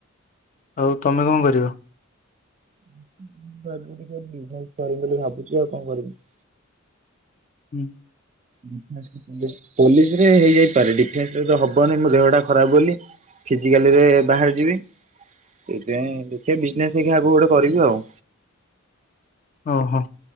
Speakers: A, on the left; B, on the right.
A: ଆଉ ତମେ କଣ କରିବ?
B: ମୁଁ <unintelligible> ଭାବୁଛି ଆଉ କଣ କରିବି।
A: ହୁଁ।
B: ପୋଲିସରେ ହେଇଯାଇପାରେ ଡିଫେନ୍ସରେ ତ ହବନି ମୋ ଦେହଟା ଖରାପ ବୋଲି ଫିଜିକାଲିରେ ବାହାରି ଯିବି। ସେଇଥିପାଇଁ ଦେଖିବା ବିଜନେସ ହେରିକା ଆଗକୁ ଗୋଟେ କରିବି ଆଉ
A: ଓହୋ।